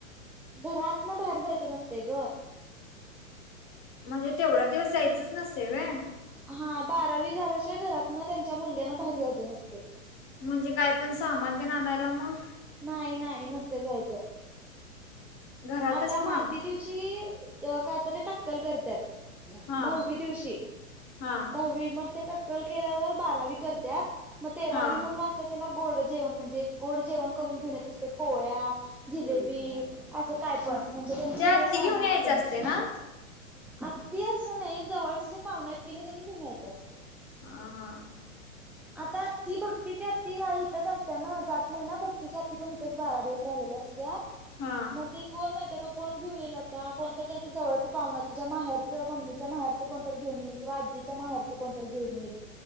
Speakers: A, in the centre; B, on the left.
A: घरात ना बाहेर जायचं नसते ग.
B: म्हणजे तेवढा दिवस जायचच नसते वय?
A: हा बारावी झाल्याशिवाय घरातन त्यांच्या मुलग्यांन बाहेर जायचं नसते.
B: म्हणजे काय पण सामान तेन आणायला मग
A: नाही नाही नसतय जायचं
B: घरातच
A: आता
B: मग
A: माती दिवशी कायतरी टक्कल करत्यात दहावी
B: हा
A: दिवशी
B: हा
A: दहावी मग ते टक्कल केल्यावर बारावी करत्यात मग तेरावी
B: हा
A: म्हणून अ <unintelligible> त्या गोड जेवण म्हणजे गोड जेवण करून घेऊन यायचं असतय पोळ्या, जिलेबी अस काय पण
B: हा
A: म्हणजे त्यांची
B: ते आत्ती
A: लेख आहे
B: घेऊन
A: ना आता
B: यायचं
A: त्यांची
B: असते ना
A: आती असं नाही जवळचे जे पाहुण्यात की नाही त्यांनी घेऊन यायचं असतय
B: हा हा
A: आता आती भक्ती ची आती आई कस असतय ना जात नाही ना भक्तीच्या हाती पण इथेच बारा दिवस राहिलेल्या असत्या
B: हा
A: मग ते कोण माहिती आता कोण घेऊन येईल आता कोणत त्यांचं जवळचं पाहुण त्याच्या माहेरचं मम्मीच्या माहेरच <unintelligible> कोणतर घेऊन येईल किंवा आजीच्या माहेरच् कोणतर घेऊन येईल